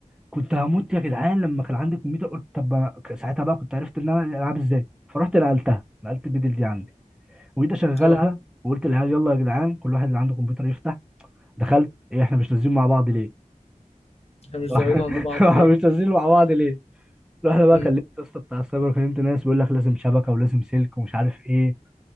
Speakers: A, in the centre; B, on the left.
A: كنت هموت يا جدعان لما كان عندي كمبيوتر قلت طب ما- ساعتها بقى كنت عرفت ان انا العب ازاي فرحت نقلتها نقلت البدل دي عندي وجيت اشغلها
B: اه
A: وقلت للعيال يلا يا جدعان كل واحد اللي عنده كمبيوتر يفتح دخلت ايه احنا مش نازلين مع بعض ليه؟
B: احنا مش
A: <laughs>
B: ظاهرين عند بعض
A: احنا
B: ليه
A: مش نازلين مع بعض ليه؟ رحنا بقى
B: امم
A: كلمت يا اسطى بتاع السايبر كلمت ناس بيقول لك لازم شبكه ولازم سلك ومش عارف ايه